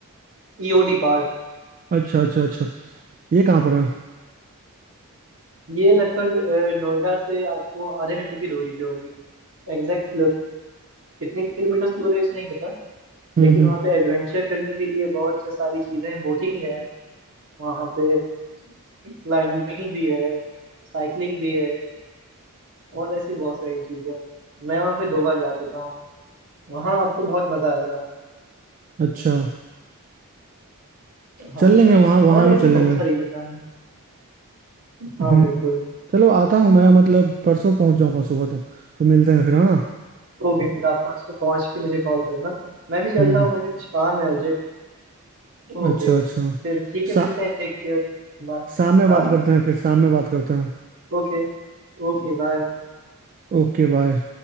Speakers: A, on the right (about 60°); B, on the right (about 35°).
A: ईओडी पार्क
B: अच्छा अच्छा अच्छा ये कहाँ पर है
A: ये लगभग अ, नोएडा से आपको आधे घंटे की दूरी पे होगी एग्जैक्ट कितने किलोमीटर दूर है ये तो नहीं पता
B: हम्म
A: लेकिन
B: हम्म
A: वहाँ पे एडवेंचर करने के लिए बहुत से सारी चीज़ें हैं बोटिंग है वहाँ पे क्लाइंबिंग भी है साइकिलिंग भी है और ऐसी बहुत सारी चीजें हैं मैं वहाँ पे दो बार जा चुका हूँ वहाँ आपको बहुत मजा आएगा
B: अच्छा
A: हाँ
B: चल लेंगे वहाँ वहाँ
A: और
B: भी
A: ऐसी
B: चल
A: बहुत
B: लेंगे
A: सारी जगह है हाँ
B: हम्म
A: बिल्कुल
B: चलो आता हूँ मैं मतलब परसों पहुँच जाऊँगा सुबह तक तो मिलते हैं फिर हाँ
A: ओके फिर आप परसों पहुँच के मुझे कॉल करना मैं भी चलता
B: हम्म
A: हूँ मुझे कुछ काम है अर्जेंट ओके
B: अच्छा अच्छा
A: फिर ठीक
B: शा,
A: है मिलते हैं टेक केयर बाय
B: शाम में बात
A: हाँ
B: करते हैं फिर शाम में बात करते हैं
A: ओके Okay bye
B: Okay bye